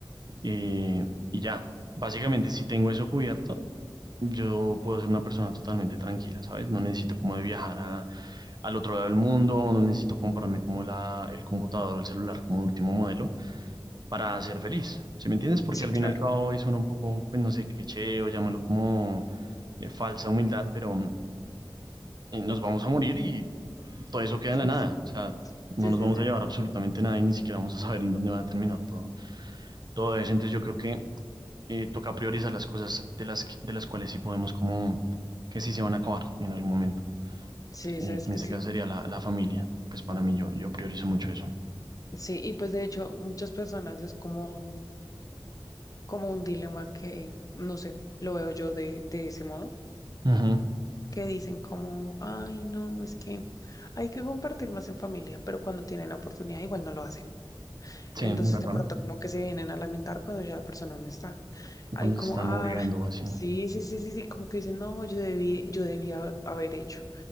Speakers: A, on the right; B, on the left.
A: eh, y ya. Básicamente, si tengo eso cubierto, yo puedo ser una persona totalmente tranquila, ¿sabes? No necesito como de viajar a, al otro lado del mundo, no necesito comprarme como la, el computador o el celular como último modelo para ser feliz, ¿sí me entiendes? Porque
B: Sí,
A: al fin
B: claro.
A: y al cabo eso suena un poco, pues no sé, cliché o llámalo como eh, falsa humildad, pero eh, nos vamos a morir y todo eso queda
B: <laughs>
A: en la nada. O sea, no
B: Sí,
A: nos
B: sí,
A: vamos
B: sí.
A: a llevar absolutamente nada y ni siquiera vamos a saber en dónde va a terminar todo, todo eso. Entonces yo creo que eh, toca priorizar las cosas de las, de las cuales sí podemos como que sí se van a acabar en algún momento.
B: Sí,
A: Y
B: sabes
A: en
B: que
A: este
B: sí.
A: caso sería la, la familia. Pues para mí yo, yo priorizo mucho eso.
B: Sí, y pues de hecho muchas personas es como, un- como un dilema que, no sé, lo veo yo de, de ese modo.
A: Ujú,
B: que dicen como, ay, no, es que hay que compartir más en familia, pero cuando tienen la oportunidad igual no lo hacen.
A: Sí,
B: Entonces
A: ¿verdad?
B: de pronto como que se vienen a lamentar cuando ya la persona no está.
A: Cuando
B: Hay como,
A: se están
B: ah,
A: muriendo o así.
B: sí, sí, sí, sí, sí, como que dicen, no, yo debí, yo debía haber hecho,